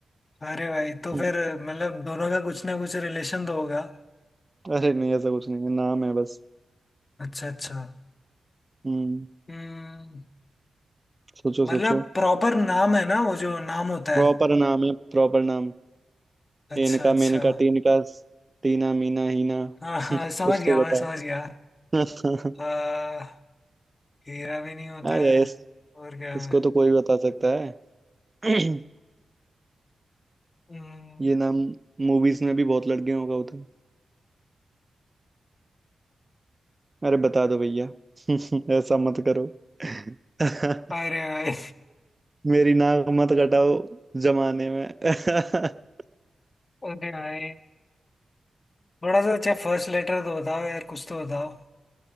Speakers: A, on the left (about 40°); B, on the right (about 25°).
A: अरे भाई तो
B: हम्म,
A: फिर मतलब दोनों का कुछ ना कुछ रिलेशन तो होगा
B: अरे नहीं ऐसा कुछ नहीं है नाम है बस
A: अच्छा अच्छा
B: हम्म
A: हम्म,
B: सोचो
A: मतलब
B: सोचो
A: प्रॉपर नाम है ना वो जो नाम होता
B: प्रॉपर
A: है
B: नाम है प्रॉपर नाम
A: अच्छा
B: इनका
A: अच्छा
B: मेनका टीनका टीना मीना हीना
A: हाँ हाँ
B: <laughs>
A: समझ
B: कुछ
A: गया
B: तो
A: मैं समझ गया
B: बताओ
A: आ,
B: <laughs>
A: हीरा भी नहीं होता
B: अरे
A: है
B: इस,
A: और क्या
B: इसको
A: है
B: तो कोई बता सकता है <clears throat>
A: हम्म,
B: ये नाम मूवीज में भी बहुत लड़कियों का होता है अरे बता दो भैया <laughs> ऐसा मत करो <laughs>
A: अरे भाई
B: मेरी नाक मत कटाओ जमाने में <laughs>
A: अरे भाई थोड़ा सा अच्छा फर्स्ट लेटर तो बताओ यार कुछ तो बताओ